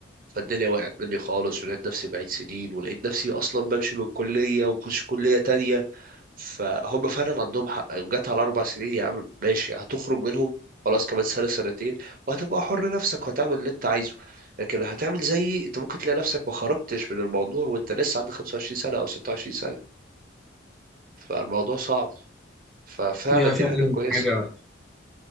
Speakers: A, on the right; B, in the centre.
A: فالدنيا وقعت مني خالص ولقيت نفسي بعيد سنين ولقيت نفسي اصلا بمشي من كليه وبخش كليه تانية فهم فعلا عندهم حق جت على اربع سنين يا عم ماشي هتخرج منهم خلاص كمان سنه سنتين وهتبقى حر نفسك وهتعمل اللي انت عايزه لكن هتعمل زيي انت ممكن تلاقي نفسك ما خرجتش من الموضوع وانت لسه عندك 25 سنه او 26 سنه فالموضوع صعب ففعلا
B: هي
A: دي
B: فعلا
A: حاجه كويسه
B: حاجه